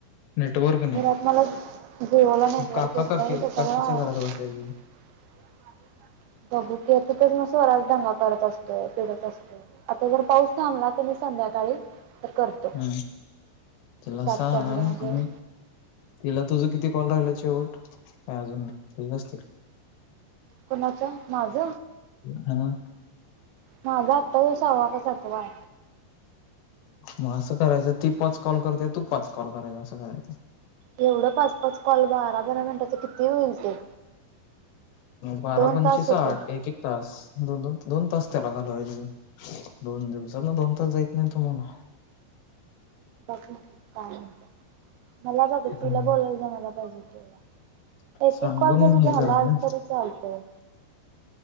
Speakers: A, on the left (about 75°); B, on the right (about 85°).
A: नेटवर्क नाही
B: घर आत मला जेओला नेटवर्क
A: मग काका
B: येत
A: काकी
B: नाही तरला
A: काकीच्या घरात बसायचं
B: <inaudible> बघू की तर नसत. स्वराज ंगा करत असतोय पिडत असतो आता जर पाऊस थांबला तर मी संध्याकाळी तर करतो
A: हम् तिला
B: सातच्या
A: सांग
B: पुढं म्हणजे
A: आ तिला तुझ किती कॉल राहिलाच. शेवट अजून ठीक असतील.
B: कोणाच माझ.
A: ह ना
B: माझा आत्ता दिवसा हवा कसतवा
A: मग असं करायचं ती पाच कॉल करते तू पाच कॉल करायचा असं करायचं
B: एवढं पाच पाच कॉल बारा बारा मिनिटाच किती होईल ते
A: बारा
B: दोन
A: पंचवीस
B: तास
A: साठ
B: होतील
A: एक एक तास दोनोन दोन तास
B: मग
A: त्याला घालवायचे दोन दिवसात ना दोन तास जायत नाही तुम्हाला
B: बघ काय म्हणत मला क तिला
A: हम्म
B: बोलायच मला पाहिजे तेवढा एक
A: सांगून
B: एक कॉल जरी झाला
A: हे करा ना
B: तरी चालतय